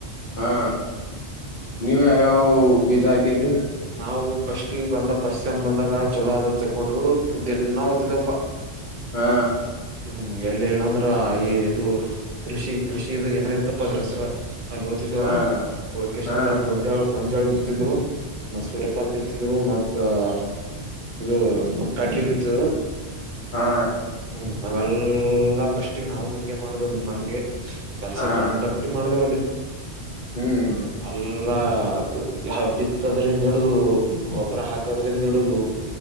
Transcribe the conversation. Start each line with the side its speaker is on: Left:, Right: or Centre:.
Left: ಹಾ ನೀವು ಯಾವ್ಯಾವ ಬೀಜ ಹಾಕಿದ್ರಿ
Right: ನಾವು ಫಸ್ಟ್ ಗೆ ಬಂದಾಗ ಫಸ್ಟ್ ಸೇಮ್ ಬಂದಾಗ ಚೊಲೋ ಅದ ತಕೊಂಡು ದಿನ ಓದ್ತಿದವಪ್ಪ
Left: ಹಾ
Right: ಹ್ಮ್ ಎಲ್ಲಿ ಇಲ್ಲಾಂದ್ರ ಈ ಇದು ಕೃಷಿ ಕೃಷಿ ಏನೋ ಇತ್ತಪ್ಪ ಆದ್ರೂ ಹೆಸರು ಅಲ್ಲಿ ಓ್ತಿದ್ದೇವ
Left: ಹಾ
Right: ವೋಕೇಶನ್ದಾಗ
Left: ಹಾ
Right: ಗೊಂಜಾಳ ಗೊಂಜಾಳ <unintelligible> ಬಿತ್ತಿದ್ರು ಮ ಸೂರ್ಯಪ್ಪನ್ ಬಿತ್ತಿದ್ರು ಮತ್ತ <unintelligible> ಇದು ಕಟ್ಲಿ ಬಿತ್ತಿದ್ರು
Left: ಹಾ
Right: ಹ್ಮ್ ಅವೆಲ್ಲ ಪಫಸ್ಟ್ ನಾವು ಹಿಂಗೆ ಮಾಡುದು ನಿಮ್ಮ ಹಂಗೆ ಕೆಲ್ಸ
Left: ಹಾ
Right: ಕಂಡಪಟ್ಟಿ ಮಾಡ್ದೇ
Left: ಹ್ಮ್
Right: ಅಲ್ ಎಲ್ಲ ಬಿತ್ತದ್ರಿಂದ ಹಿಡುದು ಗೊಬ್ಬರ ಹಾಕದ್ರಿಂದ ಹಿಡುದು